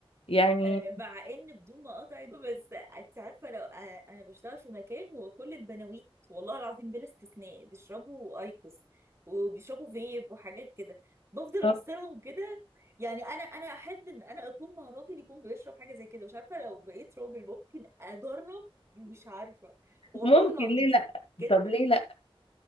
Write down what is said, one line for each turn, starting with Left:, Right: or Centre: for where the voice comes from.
Left: يعني
Right: آه، مع ان بدون ما اقاطعك بس انت عارفه لو آه، انا بشتغل في مكان وكل البناويت والله العظيم بلا استثناء بيشربوا ايكوس وبيشربوا فيب وحاجات كده بفضل
Left: آه،
Right: ابص لهم كده يعني انا انا احب ان انا اكون مع راجل يكون بيشرب حاجه زي كده مش عارفه لو بقيت راجل ممكن اجرب مش عارفه والله
Left: ممكن
Right: العظيم
Left: ليه
Right: بس
Left: لا
Right: جدا
Left: طب ليه لا